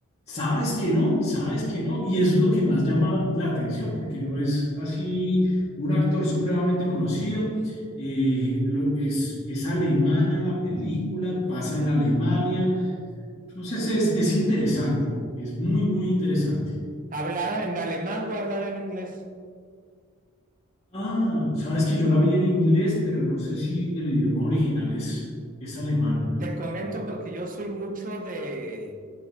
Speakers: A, on the left; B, on the right.
A: Sabes que no, sabes que no, y eso es lo que más llama la atención, porque no es así un actor supremamente conocido, eh, lo- es, es alemana la película, pasa en Alemania, entonces es, es interesante, es muy, muy interesante.
B: hablar en alemán o hablar en inglés?
A: Ah, sabes que yo la vi en inglés, pero no sé si el idioma original es, es alemán.
B: Te comento porque yo soy mucho de,